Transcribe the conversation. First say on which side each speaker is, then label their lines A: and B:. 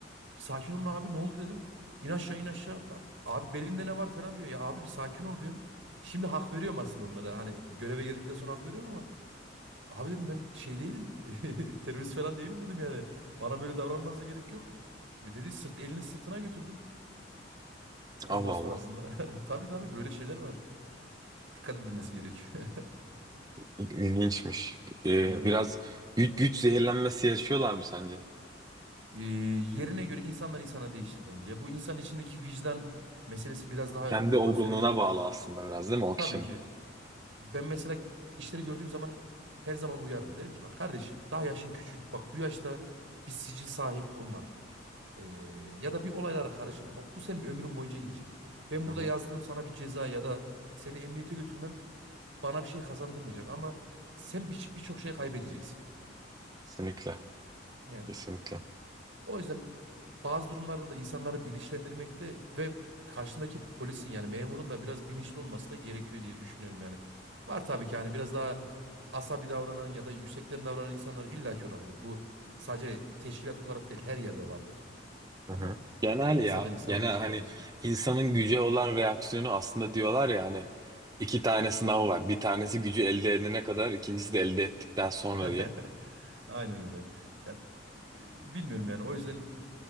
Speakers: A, on the right; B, on the right.
A: Sakin olun abi ne oldu dedim. İn aşağı in aşağı. La- Abi belinde ne var falan diyor. Ya abi bir sakin ol diyorum. Şimdi hak veriyorum aslında onlara. Hani göreve geldikten sonra hak veriyorum ama. Abi dedim ben şey değilim. <laughs> Terörist falan değilim dedim yani. Bana böyle davranmanıza gerek yok. E Dedi sırt elini sırtına götürdün. Ondan
B: Allah
A: sonrasında.
B: Allah.
A: <laughs> Tabii tabii böyle şeyler var. Dikkat edilmesi gerekiyor. <laughs>
B: İl- İlginçmiş. E,
A: Yani.
B: biraz güç, güç zehirlenmesi yaşıyorlar mı sence?
A: e, yerine göre insandan insana değişir bence. Bu insan içindeki vicdan meselesi biraz daha
B: Kendi
A: ön
B: olgunluğuna
A: basıyor.
B: bağlı aslında biraz değil mi o
A: Tabii
B: kişinin?
A: ki. Ben mesela gençleri gördüğüm zaman her zaman uyarım. Derim ki bak kardeşim daha yaşın küçük. Bak bu yaşta bir sicil sahip olma. Ee, ya da bir olaylara karışma. Bak bu senin ömrün boyunca gidecek. Ben
B: Hı
A: burada
B: hı.
A: yazdığım sana bir ceza ya da seni emniyete götürmem bana bir şey kazandırmayacak. Ama sen bir- birçok şey kaybedeceksin.
B: Kesinlikle.
A: Yani
B: Kesinlikle.
A: O yüzden bazı durumlarda da insanları bilinçlendirmekte ve karşındaki polisin yani memurun da biraz bilinçli olması da gerekiyor diye düşünüyorum yani. Var tabii ki hani biraz daha asabi davranan ya da yüksekten davranan insanlar illaki olabilir. Bu sadece teşkilat olarak değil her yerde vardır.
B: Hı
A: Ama
B: hı. Genel
A: insandan
B: ya.
A: insana
B: Genel
A: değişir
B: hani
A: kardeşim.
B: insanın güce olan reaksiyonu aslında diyorlar ya hani iki tane sınav var. Bir tanesi gücü elde edene kadar, ikincisi de elde ettikten sonra
A: <laughs>
B: diye.
A: Aynen öyle. Ya, b- Bilmiyorum yani o yüzden